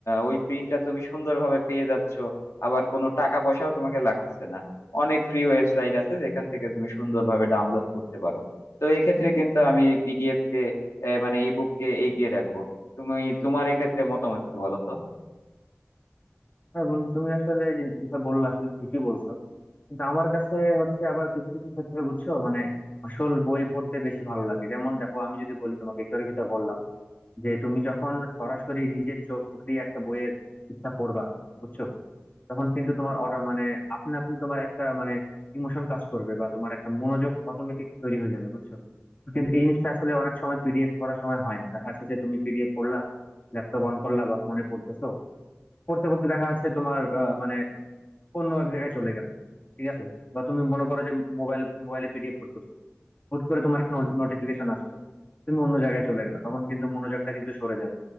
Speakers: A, on the left (about 80°); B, on the left (about 35°).
A: ওই প্রিন্টটা তুমি সুন্দরভাবে পেয়ে যাচ্ছ আবার কোনো টাকা পয়সাও তোমাকে লাগতেছে না অনেক ফ্রি ওয়েবসাইট আছে যেখান থেকে তুমি সুন্দরভাবে ডাউনলোড করতে পারো তো এক্ষেত্রে কিন্তু আমি পিডিএফ কে আহ, মানে ইবুক কে এগিয়ে রাখবো তুমি তোমার এক্ষেত্রে মতামত কি বলো তো
B: হ্যাঁ বন্ধু তুমি আসলে যে- যেটা বললা আসলে ঠিকই বলছো কিন্তু আমার কাছে হচ্ছে আবার কিছু কিছু ক্ষেত্রে বুঝছো মানে আসল বই পড়তে বেশি ভালো লাগে যেমন দেখো আমি যদি বলি তোমাকে একটু আগে যেটা বললাম যে তুমি যখন সরাসরি নিজের চোখ দিয়ে একটা বইয়ের ইচ্ছা পড়বা বুঝছো তখন কিন্তু তোমার অটো মানে আপনা আপনি তোমার একটা মানে ইমোশন কাজ করবে বা তোমার একটা মনোযোগ অটোমেটিক তৈরি হয়ে যাবে বুঝছো কিন্তু এই জিনিসটা আসলে অনেক সময় পিডিএফ পড়ার সময় হয় না দেখা যাচ্ছে যে তুমি পিডিএফ পড়লা ল্যাপটপ অন করলা বা ফোনে পড়তেছো পড়তে পড়তে দেখা যাচ্ছে তোমার আহ, মানে অন্য এক জায়গায় চলে গেলা ঠিক আছে বা তুমি মনে করো যে মোবাইল মোবাইলে পিডিএফ পড়তেছো হুট করে তোমার একটা নোটিফিকেশন আসলো তুমি অন্য জায়গায় চলে গেলে তখন কিন্তু মনোযোগটা কিন্তু সরে যাবে